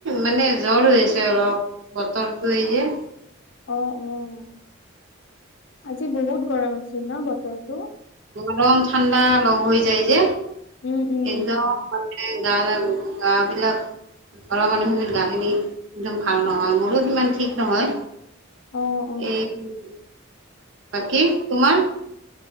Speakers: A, on the right; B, on the left.
A: মানে জ্বৰ হৈ আছে অলপ, বতৰটো এই যে
B: অ' অ', আজি বহুত গৰম আছিল ন বতৰটো?
A: গৰম ঠাণ্ডা লগ হৈ যায় যে,
B: উম উম
A: একদম মানে মানে গা-গা বিলাক ঘৰৰ মানুহখিনিৰ গাখিনি একদম ভাল নহয়, মোৰো সিমান ঠিক নহয়
B: অ অ
A: এ, বাকী তোমাৰ?